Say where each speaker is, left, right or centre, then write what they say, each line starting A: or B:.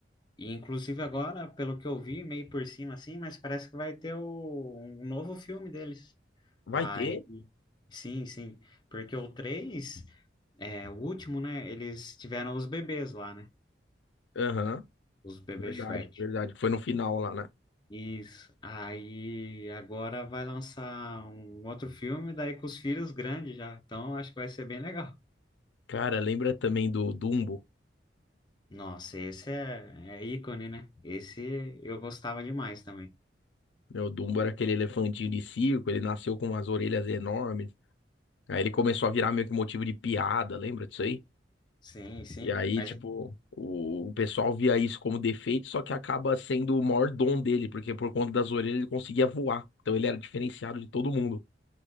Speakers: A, on the left (about 25°); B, on the left (about 80°).
A: e inclusive agora, pelo que eu vi, meio por cima assim, mas parece que vai ter o, um novo filme deles.
B: Vai
A: Aí,
B: ter?
A: sim, sim, porque o 3, é, o último, né? Eles tiveram os bebês lá, né?
B: Aham.
A: Os bebês
B: Verdade,
A: Shrek.
B: verdade. Foi no final lá, né?
A: Isso. Aí agora vai lançar um outro filme, daí com os filhos grandes já. Então acho que vai ser bem legal.
B: Cara, lembra também do Dumbo?
A: Nossa, esse é, é ícone, né? Esse eu gostava demais também.
B: Meu, o Dumbo era aquele elefantinho de circo, ele nasceu com umas orelhas enormes. Aí ele começou a virar meio que motivo de piada, lembra disso aí?
A: Sim, sim.
B: E aí,
A: Mas
B: tipo,
A: ele-
B: o, o pessoal via isso como defeito, só que acaba sendo o maior dom dele, porque por conta das orelhas ele conseguia voar. Então ele era diferenciado de todo mundo.